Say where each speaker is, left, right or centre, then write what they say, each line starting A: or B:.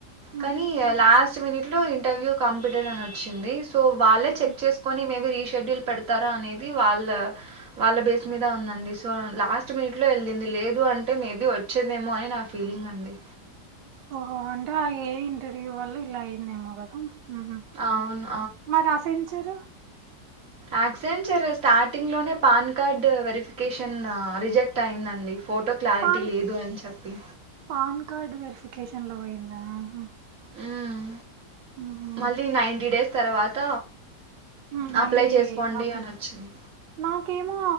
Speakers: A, on the right; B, on the right.
A: కనీ
B: ఉమ్
A: లాస్ట్ మినిట్ లో ఇంటర్వ్యూ కంప్లిటెడ్ అని ఒచ్చింది సో వాళ్ళే
B: ఉహు
A: చెక్ చేసు కొని మేబి రీషెడ్యూల్ పెడతారా అనేది వాళ్ళ వాళ్ళ బేస్ మీద ఉందండి సో లాస్ట్ మి నిట్లో ఎళ్ళింది లేదూ అంటె మేబి ఒచ్చిందేమో అని నా ఫీలింగ్ అండి.
B: ఓహో అంటే ఆ ఏఇ ఇంటర్వ్యూ వల్ల ఇలా అయిందేమో గదా. <unintelligible>
A: అవును.
B: మరసెంచరు.
A: యక్సెంచర్ స్టార్టింగ్ లోనే పాన్ కార్డ్ వెరిఫికేషన్ రిజెక్ట్ అయిందండి ఫో టో క్లారిటీ
B: పాన్
A: లేదు అని చెప్పి.
B: పాన్ కార్డ్ వెరిఫికేషన్ లో పోయిందా ఉహు
A: మ్మ్
B: ఉహు
A: మళ్ళీ నైంటీ డేస్ తర్వాత
B: మ్మ్ మళ్ళీ
A: అప్లై చేసుకోండి
B: ఆపిల్
A: అనొచ్చింది.
B: నా కేమో